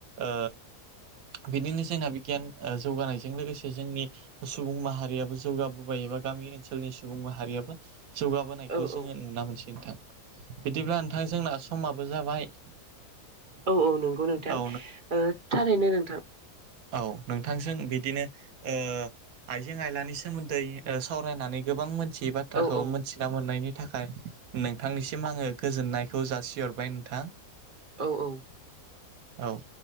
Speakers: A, on the right (about 65°); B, on the right (about 45°).
A: ओ <unintelligible> बिदिनो जोंना बिगियान ओ जौगानायजों लोगोसे जोंनि सुबुं माहारियाबो जौगाबोबायो एबा गामि ओनसोलनि सुबुं माहारियाबो जौगाबोनायखौ
B: औ
A: जोङो
B: औ
A: नुना मोनसै नोंथां। बिदिब्ला नोंथां जोंना समाबो जाबाय।
B: औव औव नंगौ नोंथां
A: औ
B: थारैनो नोंथां।
A: औव नोंथांजों बिदिनो ओ आइजें आइलानि सोमोन्दै सावरायनानै गोबां मोन थि बाथ्राखौ
B: औ औ
A: मोनथिना मोननायनि थाखाय नोंथांनिसिम आङो गोजोननायखौ जासिहरबाय नोंथां
B: औव औव।
A: औव।